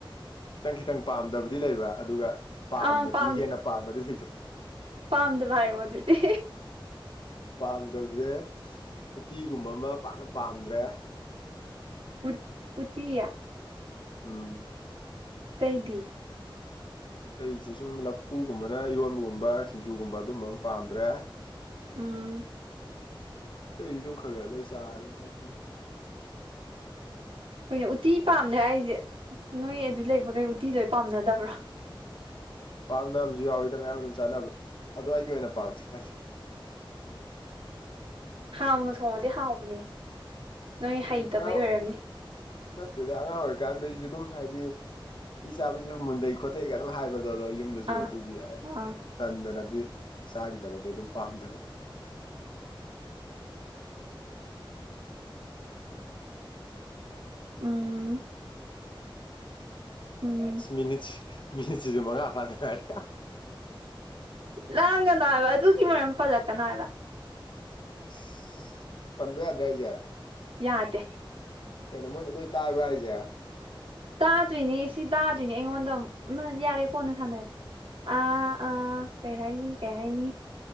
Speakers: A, on the left; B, on the right.
A: ꯈꯤꯇꯪ ꯈꯤꯇꯪ ꯄꯥꯝꯗꯕꯗꯤ ꯂꯩꯕ ꯑꯗꯨꯒ ꯄꯥꯝꯕꯗꯤ
B: ꯑꯥ ꯄꯥꯝꯗ
A: ꯍꯦꯟꯅ ꯄꯥꯝꯕꯗꯤ ꯂꯩꯇ
B: ꯄꯥꯝꯗꯕ ꯍꯥꯏꯔꯛꯑꯣ ꯑꯗꯨꯗꯤ
A: ꯄꯥꯝꯗꯕꯖꯦ ꯎꯇꯤꯒꯨꯝꯕ ꯑꯃ ꯄꯥꯛꯅ ꯄꯥꯝꯗ꯭ꯔꯦ
B: ꯎꯠ ꯎꯇꯤ
A: ꯎꯝ
B: ꯑꯇꯩꯗꯤ
A: ꯑꯇꯩꯁꯦ ꯁꯨꯝ ꯂꯐꯨꯒꯨꯝꯕꯅ ꯏꯔꯣꯟꯕꯒꯨꯝꯕ ꯁꯤꯡꯖꯨꯒꯨꯝꯕ ꯑꯗꯨꯒꯝꯕ ꯑꯝ ꯄꯥꯝꯗ꯭ꯔꯦ
B: ꯎꯝ
A: ꯑꯇꯩꯗꯤ ꯑꯗꯨꯝ ꯈꯔ ꯈꯔ ꯂꯣꯏ ꯆꯥꯔꯦ ꯅꯠꯇꯦ
B: ꯀꯩꯅꯣ ꯎꯇꯤ ꯄꯥꯝꯗꯦ ꯍꯥꯏꯖꯦ ꯅꯣꯏ ꯑꯗꯨ ꯂꯩꯕꯒꯩ ꯎꯇꯤ ꯂꯣꯏ ꯄꯥꯝꯅꯗꯕ꯭ꯔꯣ
A: ꯄꯥꯝꯅꯕꯖꯨ ꯌꯥꯎꯋꯤꯗ ꯃꯌꯥꯝ ꯑꯗꯨꯝ ꯆꯥꯅꯕ ꯑꯗꯣ ꯑꯩꯒꯤ ꯑꯣꯏꯅ ꯄꯥꯝꯗꯦ <unintelligible>
B: ꯍꯥꯎꯅ ꯊꯣꯡꯉꯗꯤ ꯍꯥꯎꯕꯅꯦ ꯅꯣꯏ
A: ꯈꯪꯗꯦ
B: ꯍꯩꯇꯕꯩ
A: ꯑꯉꯥꯡ
B: ꯑꯣꯏꯔꯝꯅꯤ
A: ꯅꯠꯇꯦꯗ ꯑꯉꯥꯡ ꯑꯣꯏꯔꯤꯀꯥꯟꯗꯩꯖꯨ ꯑꯗꯨꯝ ꯍꯥꯏꯗꯤ ꯎꯇꯤ ꯆꯥꯕꯖꯦ ꯃꯨꯟꯗꯩ ꯈꯣꯠꯊꯩꯒ ꯑꯗꯨꯝ ꯍꯥꯏꯕꯗꯣ ꯑꯗꯣ ꯌꯨꯝ ꯌꯨꯝꯗꯖꯨ
B: ꯑꯥ
A: ꯑꯗꯨꯒꯤ ꯑꯩ
B: ꯑꯥ
A: ꯇꯟꯗꯅ ꯑꯗꯨꯏ ꯆꯥꯒꯤꯗꯕꯗꯩ ꯗꯨꯝ ꯄꯥꯝꯗꯕ
B: ꯎꯝ ꯎꯝ
A: ꯃꯤꯅꯤꯠꯁ ꯃꯤꯅꯤꯠꯁꯤꯖꯨ ꯃꯉꯥ ꯐꯗ ꯉꯥꯏꯔꯤ
B: ꯂꯥꯡꯒꯅꯣ ꯍꯥꯏꯕ ꯑꯗꯨꯒꯤ ꯃꯔꯝ ꯄꯜꯂꯛꯀꯅꯣ ꯍꯥꯏꯕ
A: ꯑꯁ ꯄꯟꯕ ꯌꯥꯗ꯭ꯔꯣ ꯍꯥꯏꯖꯦ
B: ꯌꯥꯗꯦ
A: ꯀꯩꯅꯣ ꯃꯣꯏꯅ ꯂꯣꯏ ꯇꯥꯕ꯭ꯔꯥ ꯍꯥꯏꯖꯦ
B: ꯇꯥꯗꯣꯏꯅꯦ ꯁꯤ ꯇꯥꯗꯣꯏꯅꯦ ꯑꯩꯉꯣꯟꯗ ꯃꯥ ꯌꯥꯔꯦ ꯀꯣꯟꯅ ꯁꯥꯟꯅꯔꯖꯦ ꯑꯥ ꯑꯥ ꯀꯩ ꯍꯥꯏꯅꯤ ꯀꯩ ꯍꯥꯏꯅꯤ